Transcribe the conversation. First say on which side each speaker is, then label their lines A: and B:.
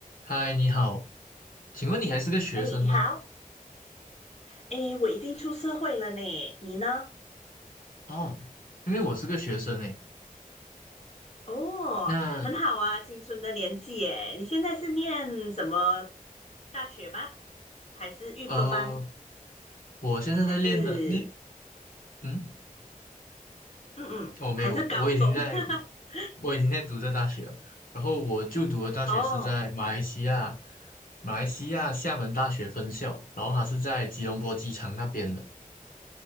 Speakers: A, on the left; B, on the left.
A: 嗨，你好，请问你还是个学生吗？
B: 哎，你好，哎，我已经出社会了呢，你呢？
A: 哦，因为我是个学生诶。
B: 哦，
A: 那
B: 很好啊，青春的年纪耶。你现在是念什么大学吗？还是预科班？
A: 呃，我现在在练的，
B: 还是
A: 嗯，嗯
B: 嗯嗯，
A: 我没有，
B: 还是高中？
A: 我已经在，
B: <laughs>
A: 我已经在读这大学了。然后我就读的大学是在马来西亚，
B: 哦，
A: 马来西亚厦门大学分校，然后它是在吉隆坡机场那边的。